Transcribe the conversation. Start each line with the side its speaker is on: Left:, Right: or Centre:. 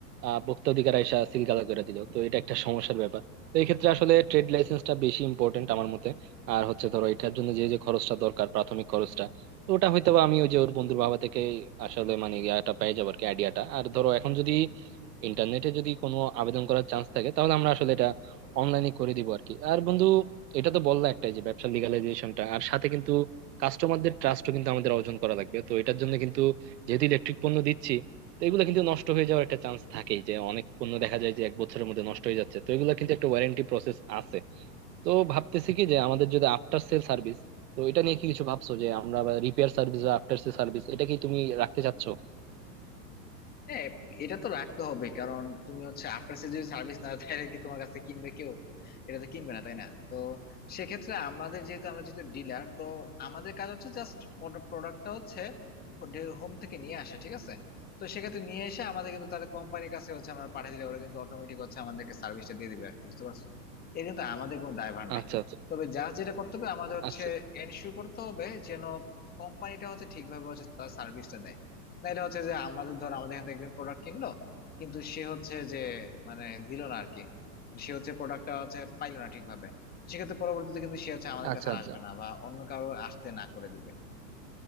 Right: আহ ভোক্তা অধিকার আইসা সিলগালা করে দিল তো এটা একটা সমস্যার ব্যাপার তো এই ক্ষেত্রে আসলে ট্রেড লাইসেন্সটা বেশি ইম্পর্টেন্ট আমার মতে আর হচ্ছে ধরো এটার জন্য যে যে খরচটা দরকার প্রাথমিক খরচটা তো ওটা হয়তো বা আমি ওই যে ওর বন্ধুর বাবা থেকে আসলে মানে ইয়াটা পেয়ে যাবো আর কি আইডিয়াটা আর ধরো এখন যদি ইন্টারনেটে যদি কোনো আবেদন করার চান্স থাকে তাহলে আমরা আসলে এটা অনলাইনে করে দিব আর কি আর বন্ধু এটা তো বললা একটাই যে ব্যবসা লিগালাইজেশনটা আর সাথে কিন্তু কাস্টমারদের ট্রাস্টও কিন্তু আমাদের অর্জন করা লাগবে তো এটার জন্য কিন্তু যেহেতু ইলেকট্রিক পণ্য দিচ্ছি তো এগুলো কিন্তু নষ্ট হয়ে যাওয়ার একটা চান্স থাকেই যে অনেক পণ্য দেখা যায় যে এক বছরের মধ্যে নষ্ট হয়ে যাচ্ছে তো এগুলো কিন্তু একটা ওয়ারেন্টি প্রসেস আছে তো ভাবতেছি কি যে আমাদের যদি আফটার সেল সার্ভিস তো এটা নিয়ে কি কিছু ভাবছো যে আমরা রিপেয়ার সার্ভিস বা আফটার সেল সার্ভিস এটা কি তুমি রাখতে চাচ্ছো
Left: হ্যাঁ এটা তো রাখতে হবে কারণ তুমি হচ্ছে আফটার সেল যদি সার্ভিস না দেয় তাহলে কি তোমার কাছে কিনবে কেউ এটা তো কিনবে না তাই না তো সেক্ষেত্রে আমাদের যেহেতু আমরা যেহেতু ডিলার তো আমাদের কাজ হচ্ছে জাস্ট প্রোডাক্টটা হচ্ছে হোম থেকে নিয়ে আসা ঠিক আছে তো সেক্ষেত্রে নিয়ে এসে আমাদের কিন্তু তাদের কোম্পানির কাছে হচ্ছে আমরা পাঠিয়ে দিলে ওরা কিন্তু অটোমেটিক হচ্ছে আমাদেরকে সার্ভিসটা দিয়ে দিবে আর কি বুঝতে পারছো এর কিন্তু আমাদের কোনো দায়ভার নাই
Right: আচ্ছা আচ্ছা
Left: তবে যা যেটা করতে হবে আমাদের হচ্ছে
Right: আচ্ছা
Left: এনশিওর করতে হবে যেন কোম্পানিটা হচ্ছে ঠিকভাবে হচ্ছে তার সার্ভিসটা দেয় না এটা হচ্ছে যে আমাদের ধর আমাদের এখান থেকে একজন প্রোডাক্ট কিনলো কিন্তু সে হচ্ছে যে মানে দিল না আর কি মানে সে হচ্ছে প্রোডাক্টটা হচ্ছে পাইলো না ঠিকভাবে তো সেক্ষেত্রে পরবর্তীতে কিন্তু সে হচ্ছে আমাদের
Right: আচ্ছা
Left: কাছে আর
Right: আচ্ছা
Left: আসবে না বা অন্য কারো আসতে না করে দিবে